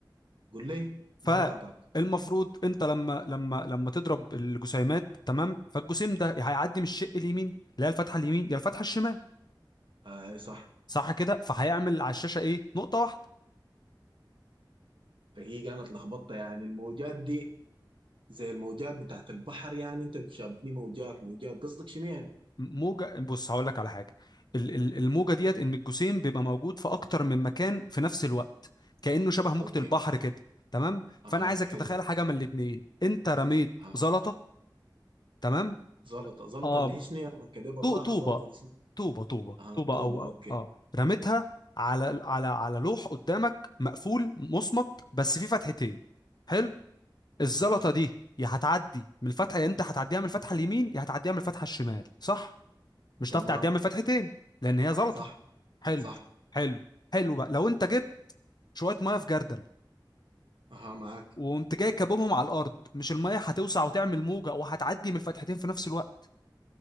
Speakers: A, on the right; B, on the left.
A: قول لي
B: فالمفروض
A: ما قاطعك
B: انت لما لما لما تضرب الجسيمات تمام فالجسيم ده يا هيعدي من الشق اليمين اللي هي الفتحه اليمين يا الفتحه الشمال
A: آه صح
B: صح كده فهيعمل على الشاشه ايه نقطه واحده
A: فهي كانت لخبطة يعني الموجات دي زي الموجات بتاعت البحر يعني انت شابتني موجات موجات قصدك شنو يعني؟
B: موجه بص هقول لك على حاجه ال- ال- الموجه ديت ان الجسيم بيبقى موجود في اكتر من مكان في نفس الوقت كانه شبه موجه
A: اوكي
B: البحر كده تمام
A: اها
B: فانا عايزك
A: حلو
B: تتخيل حاجه من الاتنين انت رميت
A: اها
B: زلطه تمام
A: زلطة زلطة
B: اه
A: اللي هي شنو يا من كده بالراحة
B: طو- طوبة
A: زلطة دي شنو؟
B: طوبة طوبة
A: اها
B: طوبة
A: طوبة
B: أو أو
A: اوكي
B: أه رميتها على على على لوح قدامك مقفول مصمت بس فيه فتحتين حلو الزلطة
A: اها
B: دي يا هتعدي من الفتحة يا أنت هتعديها من الفتحة اليمين يا هتعديها من الفتحة الشمال صح مش
A: تمام
B: هتعرف تعديها من الفتحتين لأن هي زلطة
A: صح
B: حلو
A: صح
B: حلو حلو بقى لو أنت جبت شوية مية في جردل
A: اها معك
B: وقمت جاي كابهم على الأرض مش المية هتوسع وتعمل موجة وهتعدي من الفتحتين في نفس الوقت